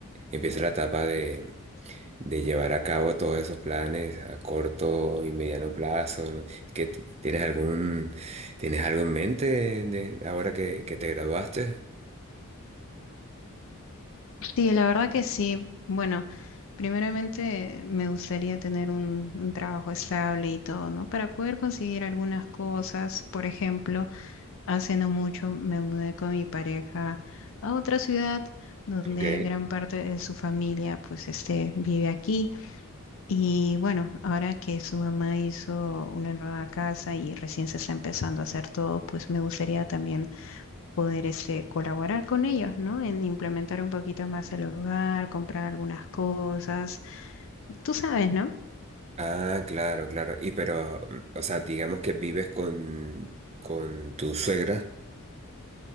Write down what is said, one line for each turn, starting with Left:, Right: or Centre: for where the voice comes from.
Right: empieza la etapa de, de llevar a cabo todos esos planes a corto y mediano plazo, ¿no? ¿Qué t- tienes algún, tienes algo en mente de, ahora que, que te graduaste?
Left: Sí, la verdad que sí. Bueno, primeramente me gustaría tener un, un trabajo estable y todo, ¿no? Para poder conseguir algunas cosas. Por ejemplo, hace no mucho me mudé con mi pareja a otra ciudad donde
Right: Ok.
Left: gran parte de su familia, pues, este, vive aquí. Y bueno, ahora que su mamá hizo una nueva casa y recién se está empezando a hacer todo, pues me gustaría también poder este, colaborar con ellos, ¿no? En implementar un poquito más el hogar, comprar algunas cosas. Tú sabes, ¿no?
Right: Ah, claro, claro. Y pero, mm, o sea, digamos que vives con, con tu suegra.